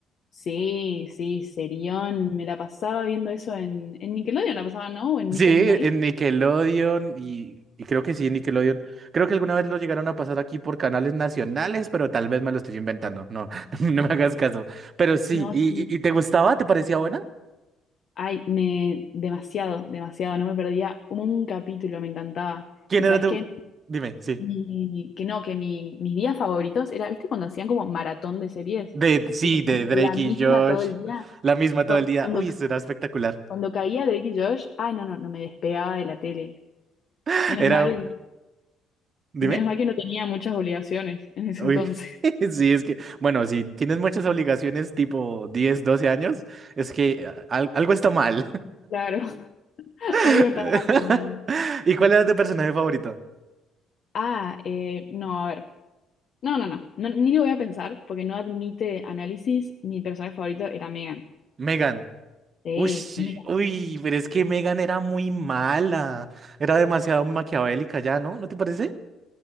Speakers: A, on the left (about 55°); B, on the right (about 45°).
A: Sí, sí, Serión. Me la pasaba viendo eso en, en Nickelodeon, la pasaba, ¿no? O en
B: Sí,
A: Nick at Night.
B: en Nickelodeon y, y creo que sí, en Nickelodeon. Creo que alguna vez lo llegaron a pasar aquí por canales nacionales, pero tal vez me lo estoy inventando. No, <laughs> no me hagas caso. Pero sí,
A: No,
B: ¿y,
A: sí.
B: y, y te gustaba? ¿Te parecía buena?
A: Ay, me, demasiado, demasiado. No me perdía un capítulo, me encantaba.
B: ¿Quién
A: ¿Y
B: era
A: sabes
B: tu...?
A: qué?
B: Dime, sí.
A: Mi- que no, que mi- mis días favoritos era, ¿viste cuando hacían como maratón de series?
B: De, sí,
A: Y ponían
B: de Drake
A: la misma
B: y Josh.
A: todo el día.
B: La misma
A: cu-
B: todo el día.
A: Cuando,
B: Uy, eso era espectacular.
A: cuando caía Drake y Josh, ay, no, no, no me despegaba de la tele.
B: <laughs>
A: Menos
B: Era...
A: mal,
B: Dime.
A: menos mal que no tenía muchas obligaciones en ese
B: Uy.
A: entonces.
B: <laughs>
A: <laughs>
B: Sí, es que, bueno, si tienes muchas obligaciones tipo 10, 12 años, es que ah, al- algo está mal.
A: Claro, <laughs>
B: <laughs>
A: algo estaba anda mal.
B: ¿Y cuál era tu personaje favorito?
A: Ah, eh, no, a ver. No, no, no, No, Ni lo voy a pensar porque no admite análisis. Mi personaje favorito era Megan.
B: Megan.
A: Sí,
B: Uy, sí,
A: Megan.
B: uy, pero es que Megan era muy mala. Era demasiado maquiavélica ya, ¿no? ¿No te parece?